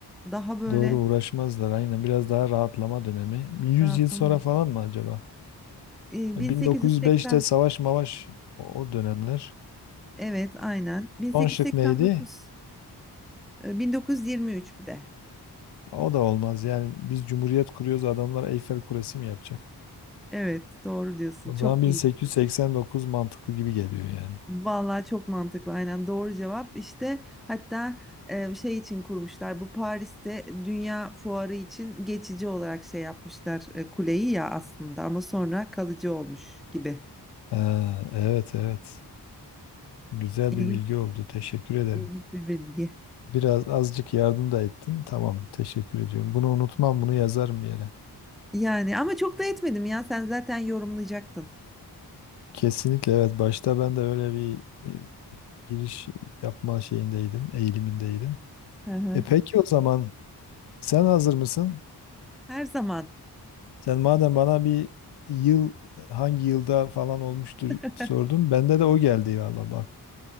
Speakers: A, in the centre; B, on the left (about 70°).
A: Daha böyle
B: Doğru uğraşmazlar aynen biraz daha rahatlama dönemi. Bir 100
A: rahatlamadım.
B: yıl sonra falan mı acaba?
A: E,
B: E,
A: 1880
B: 1905'te savaş mavaş o o dönemler.
A: evet aynen. 1889
B: Son şık neydi?
A: E, 1923 bir de.
B: O da olmaz yani biz cumhuriyet kuruyoruz adamlar Eyfel Kulesi mi yapacak?
A: Evet, doğru diyorsun.
B: O
A: Çok
B: zaman 1889
A: iyi gidiyor.
B: mantıklı gibi geliyor yani.
A: Vallahi çok mantıklı. Aynen doğru cevap. İşte hatta e, şey için kurmuşlar. Bu Paris'te Dünya Fuarı için geçici olarak şey yapmışlar e, kuleyi ya aslında ama sonra kalıcı olmuş gibi.
B: Ha, evet evet. Güzel
A: İlginç,
B: bir bilgi oldu. Teşekkür ederim.
A: ilginç bir bilgi.
B: Biraz azıcık yardım da ettin. Tamam, teşekkür ediyorum. Bunu unutmam, bunu yazarım bir yere.
A: Yani ama çok da etmedim ya. Sen zaten yorumlayacaktın.
B: Kesinlikle evet. Başta ben de öyle bir e, giriş yapma şeyindeydim, eğilimindeydim.
A: Hı hı.
B: E peki o zaman sen hazır mısın?
A: Her zaman.
B: Sen madem bana bir yıl hangi yılda falan olmuştur
A: <laughs>
B: sordun. Bende de o geldi valla bak.